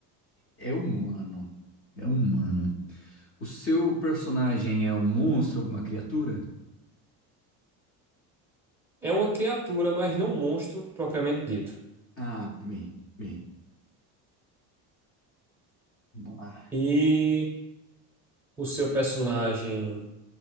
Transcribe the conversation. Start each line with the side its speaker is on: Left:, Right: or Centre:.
Left: É humano. É humano. O seu personagem é um monstro, alguma criatura?
Centre: É uma criatura, mas não um monstro propriamente dito.
Left: Ah, bem, bem. Vamos lá.
Centre: E o seu personagem.